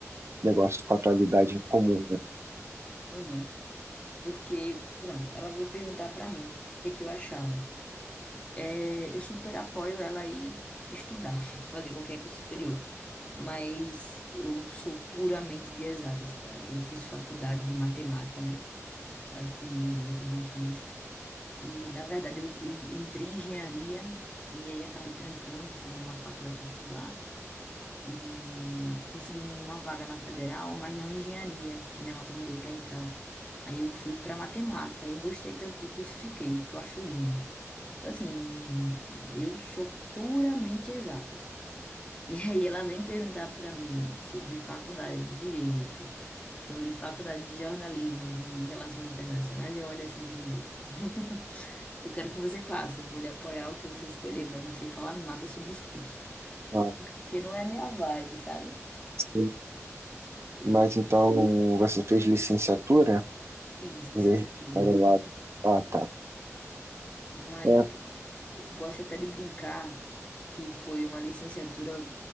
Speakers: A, on the right; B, on the left.
A: negócio com a atualidade em comum, né?
B: Uhum. Porque, pronto, ela veio perguntar pra mim o que é que eu achava. É, eu super apoio ela a ir estudar, <laughs> fazer qualquer curso superior. mas eu sou puramente de exatas, cara. Eu fiz faculdade de matemática, né? Eu acho que já te disse isso. E, na verdade, eu, eu entrei em engenharia e aí acabei trancando, foi numa faculdade particular. E consegui uma vaga na federal, mas não em engenharia, porque minha nota não deu para entrar. Aí eu fui para matemática. Eu gostei tanto do curso, e fiquei, que eu acho lindo. Então, assim, eu sou puramente exatas. <laughs> E aí ela vem perguntar para mim sobre faculdade de direito, sobre faculdade de jornalismo e de relações internacionais, e eu olho assim e digo, <laughs> eu quero que você faça, eu vou lhe apoiar o que você escolher, mas não sei falar nada sobre os cursos,
A: Ah,
B: porque não é minha vibe, sabe?
A: sim.
B: Eu
A: Mas então você fez licenciatura
B: fiz licenciatura,
A: em vez de para lado. Ah, tá.
B: mas
A: É,
B: eu gosto até de brincar que foi uma licenciatura